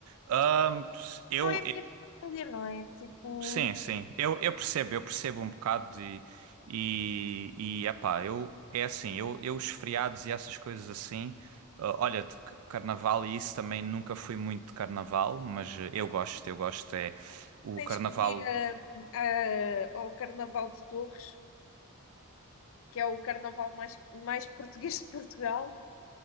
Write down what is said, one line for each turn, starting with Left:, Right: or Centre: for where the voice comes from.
Right: Ahm, eu,
Left: Não é a minha família, não é? Tipo,
Right: Sim, sim, eu, eu percebo, eu percebo um bocado de, e, e epá, eu, é assim, eu, eu os feriados e essas coisas assim, ah, olha, de c- carnaval e isso também nunca fui muito de carnaval, mas eh, eu gosto, eu gosto, é o
Left: tens
Right: carnaval,
Left: que vir a- a- ao Carnaval de Torres, que é o carnaval mais, mais português de Portugal.